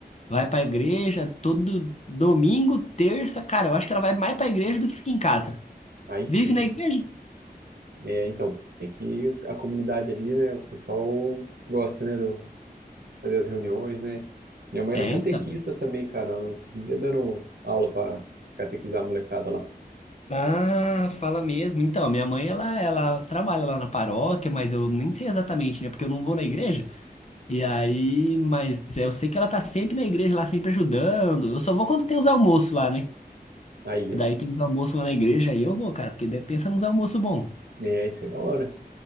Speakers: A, on the left; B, on the right.
A: Vai pra igreja todo domingo, terça, cara. Eu acho que ela vai mais pra igreja do que fica em casa.
B: Aí sim.
A: Vive na
B: hein?
A: igreja?
B: É, então, tem que a comunidade ali, né? O pessoal gosta, né, do fazer as reuniões, né? Minha mãe
A: É,
B: era catequista
A: então.
B: também, cara. Ela vivia dando aula pra catequizar a molecada lá.
A: Ah, fala mesmo. Então, minha mãe, ela, ela trabalha lá na paróquia, mas eu nem sei exatamente, né? Porque eu não vou na igreja. E aí, mas é, eu sei que ela tá sempre na igreja lá, sempre ajudando. Eu só vou quando tem os almoços lá, né?
B: Aí,
A: E
B: ó.
A: daí tem os almoços lá na igreja, aí eu vou, cara, porque daí pensa nos almoços bons.
B: É, isso aí é da hora.